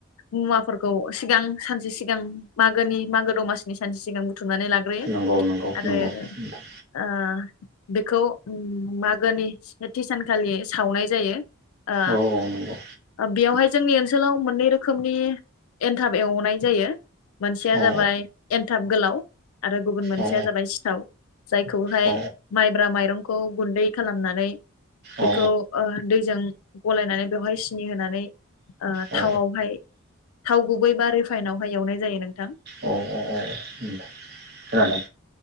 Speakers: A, on the left (about 80°); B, on the right (about 50°).
A: मुवाफोरखौ सिगां सानसे सिगां मागोनि मागो दमासिनि सानसे सिगां बुथुमनानै लाग्रोयो।
B: नंगौ नंगौ
A: आरो
B: नंगौ नोंथां
A: ओ बेखौ मागोनि सेथि सानखालि सावनाय जायो ओ
B: औ औ नंगौ
A: बेयावहाय जोंनि ओनसोलाव मोननै रोखोमनि एन्थाब एवनाय जायो। मोनसेया
B: औ
A: जाबाय एन थाब गोलाव आरो गुबुन मोनसेया
B: औ
A: जाबाय सिथाव। जायखौहाय
B: औ
A: माइब्रा माइ माइरंखौ गुन्दै खालामनानै
B: औ
A: बेखौ ओ दैजों गलायनानै बेवहाय सिनि होनानै ओ‌
B: औ
A: थावआवहाय थाव गुबै बा रिफाइनवहाय एवनाय जायो नोंथां।
B: औ औ खोनादों